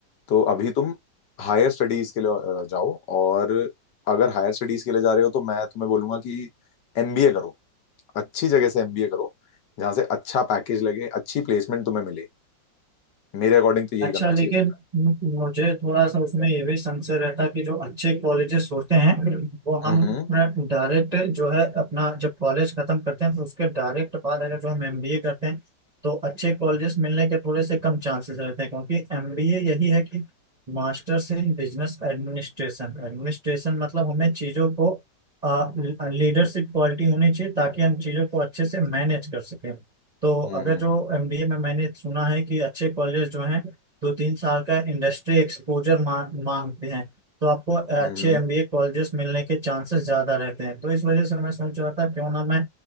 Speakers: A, on the left (about 70°); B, on the right (about 35°).
A: तो अभी तुम हायर स्टडीज के लिए अ, जाओ और अगर हायर स्टडीज के लिए जा रहे हो तो मैं तुम्हें बोलूंगा कि एमबीए करो अच्छी जगह से एमबीए करो जहां से अच्छा पैकेज लगे अच्छी प्लेसमेंट तुम्हें मिले मेरे अकॉर्डिंग तो यही
B: अच्छा
A: करना
B: लेकिन
A: चाहिए तुम्हें
B: मुझे थोड़ा सा उसमें ये भी संशय रहता कि जो अच्छे कॉलेजेस होते हैं वो
A: हम्म
B: हम डायरेक्ट जो है अपना जब कॉलेज खत्म करते हैं तो उसके डायरेक्ट बाद अगर जो हम एमबीए करते हैं तो अच्छे कॉलेजेस मिलने के थोड़े से कम चांसेस रहते हैं क्योंकि एमबीए यही है कि masters in business administration Administration मतलब हमें चीजों को लीडरशिप क्वालिटी होनी चाहिए ताकि हम चीजों को अच्छे से मैनेज कर सकें तो
A: हम्म
B: अगर जो एमबीए में मैंने सुना है कि अच्छे कॉलेज जो हैं दो तीन साल का इंडस्ट्री एक्सपोजर मांगते हैं तो आपको
A: हम्म
B: अच्छे एमबीए कॉलेजेस मिलने के चांसेस ज्यादा रहते हैं तो इस वजह से मैं सोच रहा था क्यों ना मैं